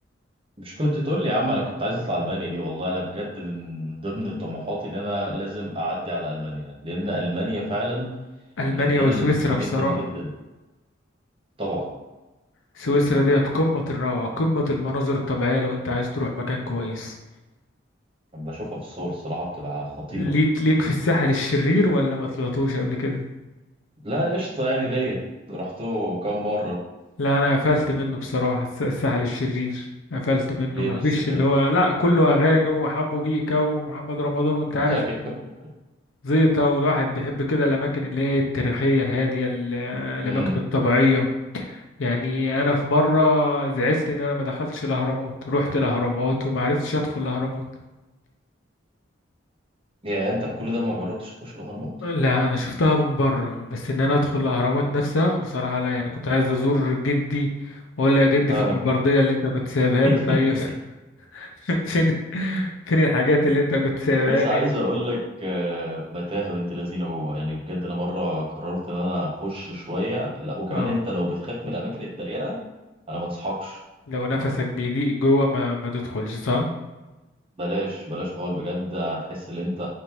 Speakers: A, on the right (about 30°); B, on the left (about 80°).
A: مش كنت تقول لي يا عم انا كنت عايز اطلع المانيا دي والله انا بجد من ضمن طموحاتي ان انا لازم اعدي على المانيا لان المانيا فعلا
B: المانيا
A: من البلاد
B: وسويسرا
A: النظيفه جدا
B: بصراحه
A: جدا طبعا
B: سويسرا ديت قمه الروعه قمه المناظر الطبيعيه لو انت عايز تروح مكان كويس
A: لما بشوفها في الصور الصراحه بتبقى خطيره
B: ليك ليك في الساحل الشرير ولا ما طلعتوش قبل كده
A: لا قشطه يعني ليا رحته كام مره
B: لا انا قفلت منه بصراحه الس- الساحل الشرير قفلت منه
A: ليه
B: مفيش
A: بس كده
B: اللي هو لا كله اغاني وحمو بيكا ومحمد رمضان وانت عارف
A: <laughs> ايوه
B: زيطه والواحد بيحب كده الاماكن اللي هي التاريخيه الهاديه ال-
A: امم
B: الاماكن الطبيعيه يعني انا في مره زعلت ان انا ما دخلتش الاهرامات رحت الاهرامات وما عرفتش ادخل الاهرامات
A: يا انت كل ده ما جربتش تخش الاهرامات
B: لا انا شفتها من بره بس ان انا ادخل الاهرامات نفسها بصراحه لا يعني كنت عايز ازور جدي واقول له يا جدي
A: اه
B: فين البرديه اللي انت كنت سايبها
A: <laughs>
B: لي طيب <laughs> <laughs> فين فين الحاجات اللي انت كنت سايبها
A: بس
B: لي
A: عايز اقول لك آه، متاهه بنت لذينه جوه يعني بجد انا مره قررت ان انا اخش شويه لا وكمان
B: اه
A: انت لو بتخاف من الاماكن الضيقه انا ما انصحكش
B: لو نفسك بيضيق جوه ما ما تدخلش صح
A: بلاش بلاش خالص بجد هتحس ان انت